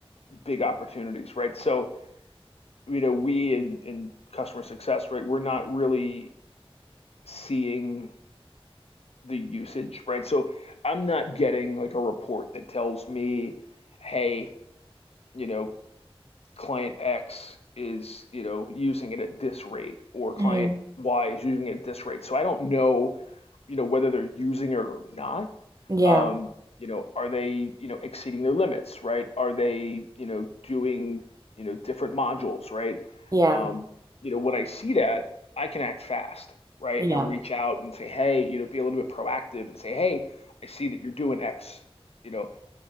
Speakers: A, on the left; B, on the right.
A: big opportunities, right? So, you know, we in in customer success, right, we're not really seeing the usage, right? So I'm not getting like a report that tells me, hey, you know, client X is, you know, using it at this rate or client
B: mm,
A: Y is using it at this rate. So I don't know, you know, whether they're using it or not.
B: yeah,
A: Um, you know, are they, you know, exceeding their limits, right? Are they, you know, doing, you know, different modules, right?
B: yeah,
A: Um, you know, when I see that, I can act fast, right?
B: yeah.
A: And reach out and say, hey, you know, be a little bit proactive and say, hey, I see that you're doing X, you know,